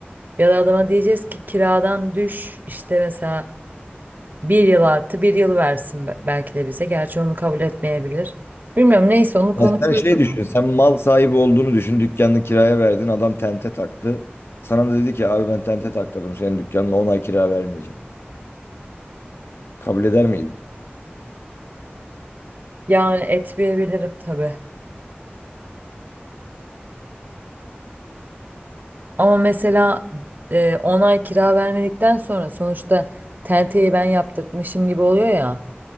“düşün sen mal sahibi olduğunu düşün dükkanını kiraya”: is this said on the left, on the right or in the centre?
Left